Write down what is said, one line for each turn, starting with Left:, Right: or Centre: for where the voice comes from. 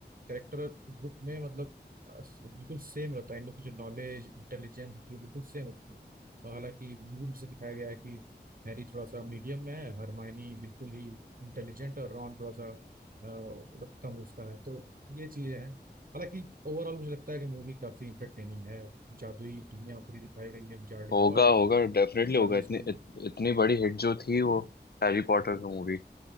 Right: कैरेक्टर बुक में मतलब अ, बिल्कुल सेम रहता है इन लोग की जो नॉलेज इंटेलिजेंस होती है बिल्कुल सेम होती है और हालांकि मूवी में से दिखाया गया है कि हैरी थोड़ा सा मीडियम में है हरमाइनी बिल्कुल ही इंटेलिजेंट और रॉन थोड़ा सा अ, मतलब कम उसका है तो ये चीजें हैं हालांकि ओवरऑल मुझे लगता है कि मूवी काफी इंटरटेनिंग है जादुई दुनिया पूरी दिखाई गई है विजार्डिंग
Left: होगा
Right: वर्ल्ड
Left: होगा डेफिनेटली होगा
Right: जादुई
Left: इतनी
Right: स्कूल
Left: इत, इतनी बड़ी हिट जो थी वो हैरी पॉटर की मूवी